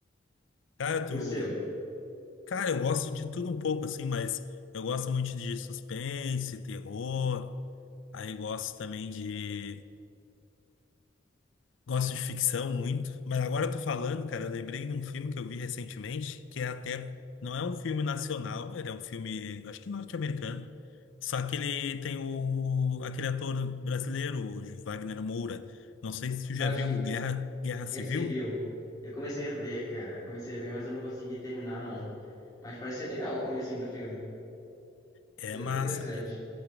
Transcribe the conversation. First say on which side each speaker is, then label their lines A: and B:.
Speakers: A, on the left (about 80°); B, on the left (about 20°).
A: Cara, tu.
B: E o seu?
A: Cara, eu gosto de tudo um pouco, assim, mas eu gosto muito de suspense, terror. Aí gosto também de. Gosto de ficção muito. Mas agora eu tô falando, cara, eu lembrei de um filme que eu vi recentemente, que é até. Não é um filme nacional, ele é um filme, acho que norte-americano. Só que ele tem o. aquele ator brasileiro, o Wagner Moura. Não sei se tu já
B: Eu acho
A: viu
B: que
A: Guerra, Guerra Civil.
B: Guerra Civil. Eu comecei a ver, cara. Comecei a ver, mas eu não consegui terminar, não. Mas parece ser legal o comecinho do filme.
A: É
B: Isso é
A: massa,
B: bem interessante.
A: cara.